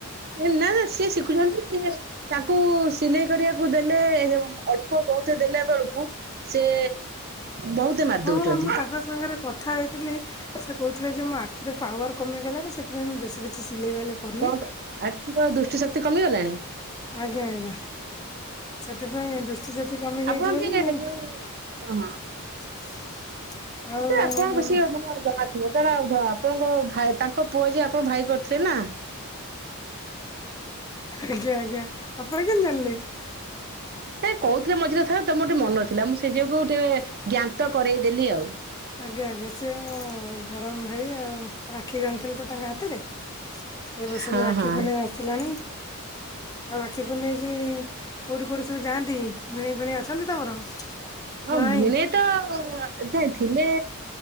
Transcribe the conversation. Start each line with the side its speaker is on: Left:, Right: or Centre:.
Right: ନା ନା ସିଏ ଶିଖୁଛନ୍ତି ସିଏ ତାଙ୍କୁ ସିଲେଇ କରିବାକୁ ଦେଲେ, ଅଳ୍ପ ବହୁତ ଦେଲା ବେଳକୁ ସେ ବହୁତେ ମାରି
Left: ହଁ
Right: ଦଉଛନ୍ତି
Left: ହଁ ମୁଁ ତାଙ୍କର ତାଙ୍କ ସାଙ୍ଗରେ କଥା ହେଇଥିଲି ସେ କହୁଥିଲେ ଯେ ମୋ ଆଖିର ପାୱାର କମି ଗଲାଣି ସେଥିପାଇଁ ମୁଁ ବେଶୀ ବେଶୀ କିଛି ସିଲେଇ ବାଲେଇ କରୁନି
Right: କଣ କ ଆଖିର ଦୃଷ୍ଟି ଶକ୍ତି କମିଗଲାଣି!
Left: ଆଜ୍ଞା ଆଜ୍ଞା ସେଥିପାଇଁ ଦୃଷ୍ଟି ଶକ୍ତି କମି
Right: ଆପଣ
Left: ଯାଇଛି ବୋଲି
Right: ଟିକେ
Left: ମୁଁ
Right: ଯୋଉ ହଁ ହଁ।
Left: <inaudible> ଆଉ
Right: ଏ ଆପଣ ବେଶୀ ମାନେ ଯମା <unintelligible> ଆପଣଙ୍କ ଆପଣଙ୍କ ଭା ତାଙ୍କ ପୁଅ ଯିଏ ଆପଣଙ୍କୁ ଭାଇ କରିଥିଲେ ନା <unintelligible>
Left: ଆଜ୍ଞା ଆଜ୍ଞା ଆପଣ କେମିତି ଜାଣିଲେ?
Right: ନାଇଁ କହୁଥିଲେ ମଝିରେ ଥରେ ତ ମୋର ଟିକେ ମନେ ନ ଥିଲା ମୁଁ ସେ ଯୋଗୁ ଟିକେ ଜ୍ଞାତ କରେଇଦେଲି ଆଉ
Left: ଆଜ୍ଞା ଆଜ୍ଞା ସିଏ ମୋ ଧରମ ଭାଇ ଆଉ ରାକ୍ଷୀ ବାନ୍ଥିଲି ତ ତାଙ୍କ ହାତରେ, ଏ ବର୍ଷ
Right: ହଁ
Left: ବି ରାକ୍ଷୀ
Right: ହଁ
Left: ପୁନେଇ ଆସିଲାଣି ରାଖି ପୁନେଇ କି କୁଉଠି କୁଉଠି ସବୁ ଯାଆନ୍ତି, ଭିଣେଇ ଫିଣେଇ ଅଛନ୍ତି ତମର? ନା
Right: ହଁ
Left: ନାଇଁ?
Right: ଭିଣେଇ ତ ଯାଇ ଥିଲେ